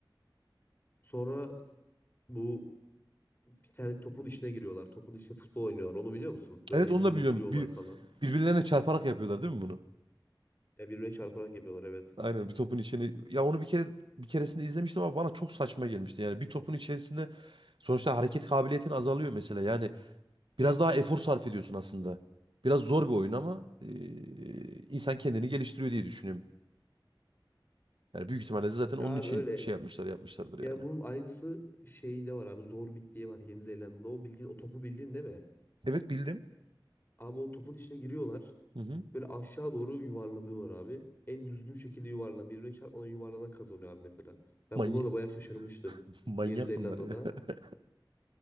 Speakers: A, on the left; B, on the right.
A: Sonra bu bir tane topun içine giriyorlar. Topun içine futbol oynuyorlar. Onu biliyor musun? Böyle
B: Evet
A: birbirine
B: onu da biliyorum.
A: vuruyorlar
B: Bir,
A: falan.
B: birbirlerine çarparak yapıyorlar değil mi bunu?
A: Ya birbirine çarparak yapıyorlar evet.
B: Aynen bir topun içine. Ya onu bir kere bir keresinde izlemiştim ama bana çok saçma gelmişti. Yani bir topun içerisinde sonuçta hareket kabiliyetin azalıyor mesela. Yani Biraz daha efor sarf ediyorsun aslında. Biraz zor bir oyun ama eee, insan kendini geliştiriyor diye düşünüyorum. Yani büyük ihtimalle de zaten onun
A: Ya
B: için
A: abi öyle.
B: şey yapmışlar yapmışlardır yani.
A: Ya bunun aynısı şeyde var abi. Zorbing diye var Yeni Zelanda'da. O bildiğin o topu bildiğin değil mi?
B: Evet bildim.
A: Abi o topun içine giriyorlar.
B: Hı hı.
A: Böyle aşağı doğru yuvarlanıyorlar abi. En düzgün şekilde yuvarlan. Birbirine çarpmadan yuvarlanan kazanıyor abi mesela. Ben
B: Manyak.
A: buna da bayağı şaşırmıştım.
B: <laughs> Manyak
A: Yeni Zelanda'da.
B: bunlar ya. <laughs>